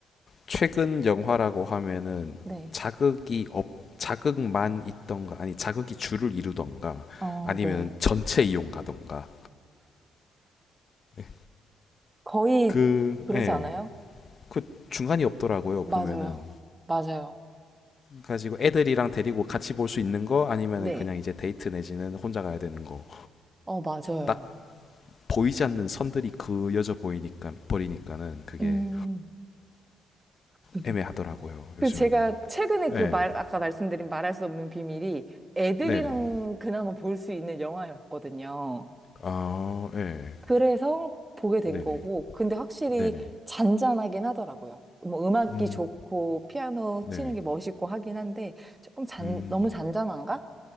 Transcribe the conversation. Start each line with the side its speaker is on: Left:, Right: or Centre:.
Left: 최근 영화라고 하면은
Right: 네,
Left: 자극이 없, 자극만 있던가 아니 자극이 줄을 이루던가
Right: 어,
Left: 아니면
Right: 네.
Left: 전체 이용 가던가. 네.
Right: 거의
Left: 그,
Right: 그러지
Left: 예,
Right: 않아요?
Left: 그 중간이 없더라고요.
Right: 맞아요.
Left: 보면은
Right: 맞아요.
Left: 가지고 애들이랑 데리고 같이 볼 수 있는 거 아니면은
Right: 네.
Left: 그냥 이제 데이트 내지는 혼자 가야 되는 거로
Right: 어, 맞아요.
Left: 딱 보이지 않는 선들이 그여져 보이니까 버리니까는 그게
Right: 음. <laughs>
Left: 애매하더라고요
Right: 그
Left: 요즘에는
Right: 제가 최근에
Left: 네
Right: 그 말, 아까 말씀드린 말할 수 없는 비밀이 애들이랑
Left: 네네
Right: 그나마 볼 수 있는 영화였거든요.
Left: 아 네
Right: 그래서 보게 된
Left: 네네
Right: 거고, 근데 확실히
Left: 네네
Right: 잔잔하긴 하더라고요. 뭐 음악이
Left: 음
Right: 좋고, 피아노
Left: 네네
Right: 치는 게 멋있고 하긴 한데, 조금 잔,
Left: 음
Right: 너무 잔잔한가?